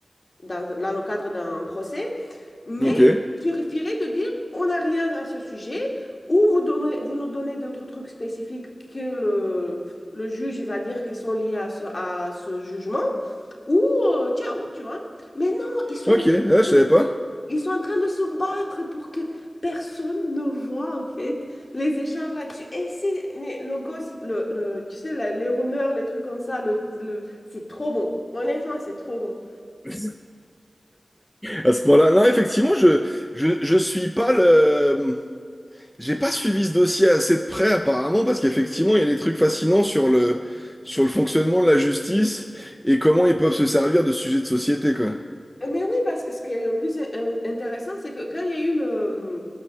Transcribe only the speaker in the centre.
Ok.
Ok,
ouais,
je savais
pas.
<laughs> À ce point-là, non, effectivement, je, je, je suis pas le. J'ai pas suivi ce dossier assez de près apparemment parce qu'effectivement il y a des trucs fascinants sur le sur le fonctionnement de la justice et comment ils peuvent se servir de sujets de société quoi.